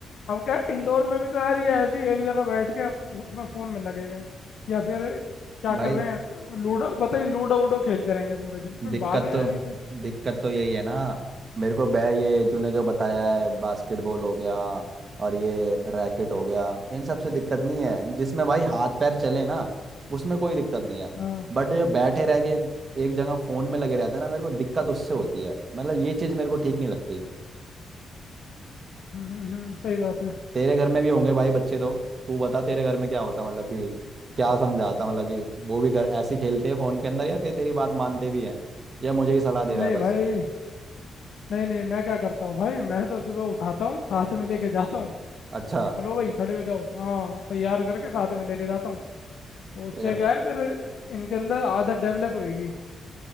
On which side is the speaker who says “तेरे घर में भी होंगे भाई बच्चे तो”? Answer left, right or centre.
Right